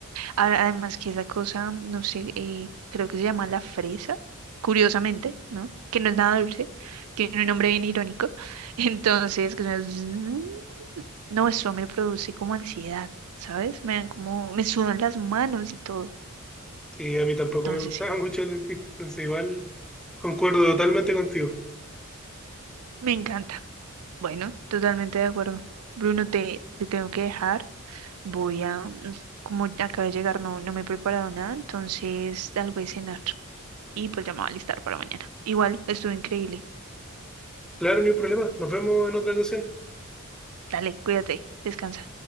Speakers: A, on the right (about 80°); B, in the centre.
A: A- Además que esa cosa, no sé, eh, creo que se llama la fresa, curiosamente, ¿no? Que no es nada dulce, tiene un nombre bien irónico. <laughs> Entonces, que suena- no, eso me produce como ansiedad, ¿sabes? Me dan como, me sudan las manos y todo.
B: Sí, a mí tampoco
A: Entonces,
B: me gustaba
A: sí,
B: mucho el dentista, entonces igual concuerdo totalmente contigo.
A: me encanta. Bueno, totalmente de acuerdo. Bruno, te, te tengo que dejar. Voy a, mm, como ya acabé de llegar, no, no me he preparado nada, entonces algo de cenar. Y pues ya me voy a alistar para mañana. Igual, estuvo increíble.
B: Claro, ni un problema. Nos vemos en otra ocasión.
A: Dale, cuídate, descansa.